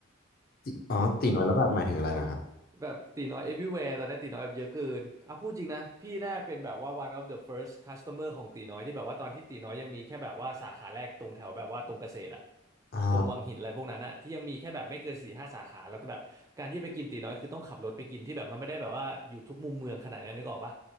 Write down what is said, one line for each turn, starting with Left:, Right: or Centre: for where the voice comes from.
Left: ติอ๋อตีน้อยละบาทหมายถึงอะไรนะครับ
Right: แบบตีน้อย everywhere ตอนนี้ตีน้อยแบบเยอะเกินอ่ะพูดจริงนะพี่น่าเป็นแบบว่า one of the first customer ของตีน้อยที่แบบว่าตอนที่ตีน้อยยังมีแค่แบบว่าสาขาแรกตรงแถวแบบว่าตรงเกษตรอะ
Left: อ๋อ
Right: ตรงวังหินอะไรพวกนั้นอะที่ยังมีแค่แบบไม่เกินสี่ห้าสาขาแล้วก็แบบการที่จะไปกินตีน้อยคือต้องขับรถไปกินที่แบบมันไม่ได้แบบว่าอยู่ทุกมุมเมืองขนาดนี้นึกออกปะ